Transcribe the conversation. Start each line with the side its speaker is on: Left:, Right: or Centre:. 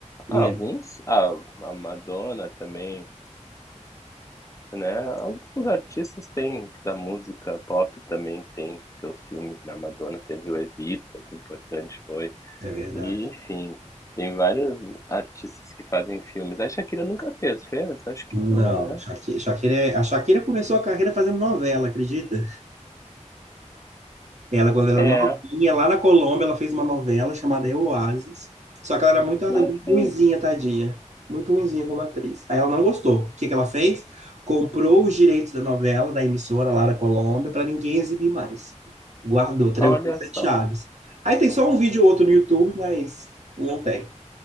Right: é,
Left: Ah, alguns, ah, a Madonna também, né? Alguns artistas têm da música pop também tem seus filmes, né? A Madonna teve o Evita, que importante foi.
Right: é verdade.
Left: E, enfim, tem vários artistas que fazem filmes. A Shakira nunca fez, fez? Acho que
Right: Não,
Left: não, né?
Right: Shakira, Shakira é- a Shakira começou a carreira fazendo novela, acredita? Ela, quando era
Left: É,
Right: novinha, lá na Colômbia, ela fez uma novela chamada Eu, Oasis. Só que ela era muito,
Left: lá
Right: muito
Left: fez.
Right: ruinzinha, tadinha. Muito ruinzinha como atriz. Aí ela não gostou. O que que ela fez? Comprou os direitos da novela, da emissora lá na Colômbia, para ninguém exibir mais. Guardou, trancou
Left: Olha
Right: sete
Left: só,
Right: chaves. Aí tem só um vídeo ou outro no YouTube, mas não tem.